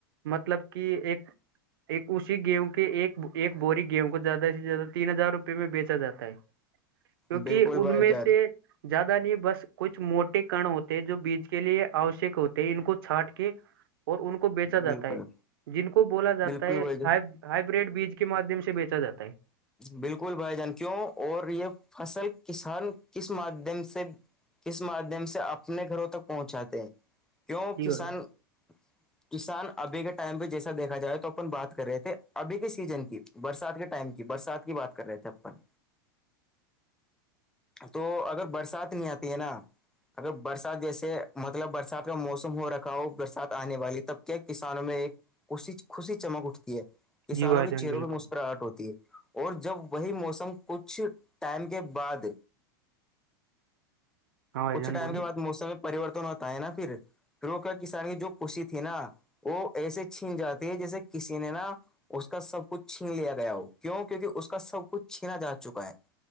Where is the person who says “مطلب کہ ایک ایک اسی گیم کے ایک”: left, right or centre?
Right